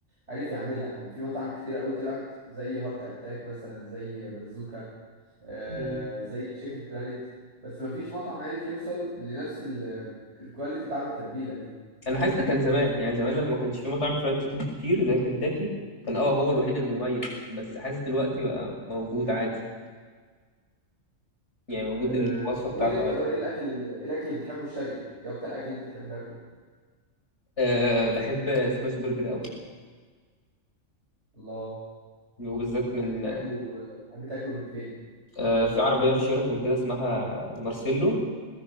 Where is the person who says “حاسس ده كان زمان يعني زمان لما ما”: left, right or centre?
Left